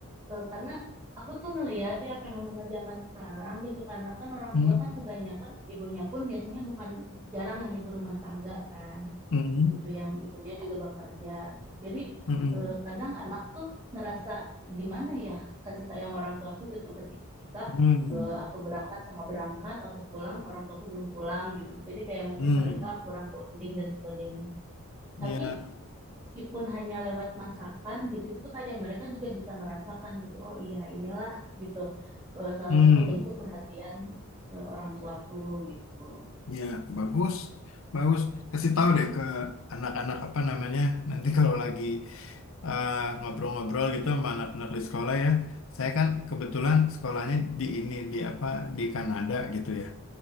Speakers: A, on the right; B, on the left.
A: eh, karena aku tuh ngelihat ya fenomena zaman sekarang gitu karena kan orang
B: hmm
A: tua kan kebanyakan ibunya pun biasanya bukan jarang yang ibu rumah tangga kan
B: hmm
A: gitu yang ibunya juga bekerja gitu. Jadi
B: hmm
A: eh, kadang anak tuh ngerasa di mana ya kasih sayang orang tuaku gitu ketika
B: hmm
A: eh, aku berangkat sama berangkat, aku pulang orang tuaku belum pulang gitu. Jadi kayak mungkin
B: hmm
A: mereka kurang bonding dan sebagainya.
B: iya.
A: Tapi meskipun hanya lewat masakan gitu itu tuh kayak mereka juga bisa merasakan gitu. Oh iya, inilah gitu eh, salah
B: Hmm.
A: satu bentuk perhatian eh, orang tuaku gitu.
B: Ya, bagus. Bagus. Kasih tahu deh ke anak-anak apa namanya. Nanti kalau lagi eh, ngobrol-ngobrol gitu sama anak-anak di sekolah ya. Saya kan kebetulan sekolahnya di ini di apa di Kanada gitu ya.